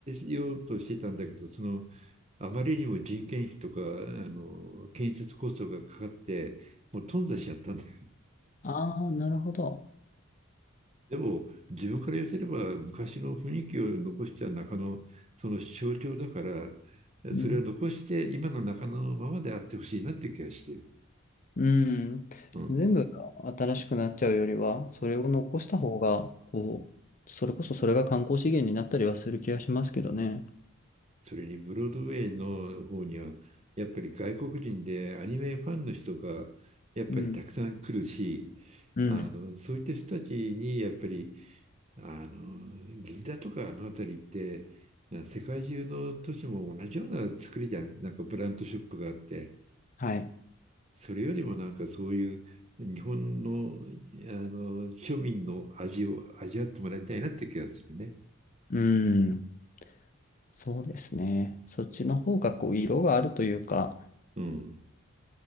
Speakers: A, on the right; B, on the left.
A: えようとしてたんだけど、その、あまりにも人件費とか、あの、建設コストがかかって、もう頓挫しちゃったんだ。
B: ああ、なるほど。
A: でも、自分から寄せれば、昔の雰囲気を残した中野、その象徴だから、
B: うん。
A: それを残して、今の中野のままであってほしいなって気がしてる。
B: うん。
A: うん。
B: 全部が新しくなっちゃうよりは、それを残した方が、こう、それこそそれが観光資源になったりはする気がしますけどね。
A: それにブロードウェイの方には、やっぱり外国人でアニメファンの人がやっぱりたくさん来るし、
B: うん。うん。
A: あのそういった人たちにやっぱりあの銀座とかあの辺りって世界中の都市も同じような作りじゃんなんかブランドショップがあって
B: はい。
A: それよりもなんかそういう日本のあの庶民の味を味わってもらいたいなって気がするね。
B: うん。そうですね。そっちの方がこう色があるというか、
A: うん、